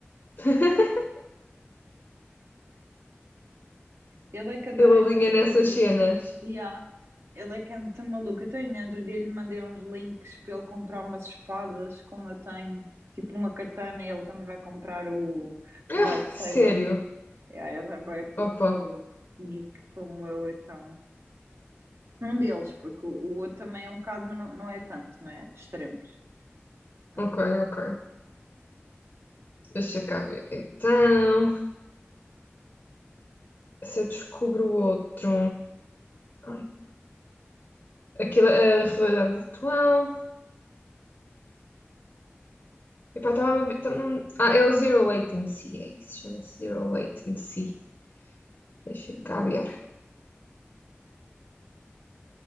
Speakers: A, on the left; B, on the right.
A: <laughs>
B: Ele é que adora
A: Ele
B: estas
A: alinha
B: coisas.
A: nessas cenas. <laughs>
B: E há. Ele é que é muito maluco. Até no outro dia lhe mandei uns links para ele comprar umas espadas, como eu tenho, tipo uma katana, e ele também vai comprar o,
A: Ah,
B: o lightsaber.
A: sério?
B: Yeah, ele é bué, tipo
A: Opa,
B: geek como eu, então. Um deles, porque o, o outro também é um bocado, mas não, não é tanto, não é? De extremos. Ah,
A: ok, ok. Deixa cá ver. Então, se eu descubro outro. Ai, Aquilo, é a realidade virtual. Epá, estava a ver. tava- não- Ah, é o Zero Latency, é isso. Chama-se Zero Latency. Deixa
B: hum.
A: cá ver.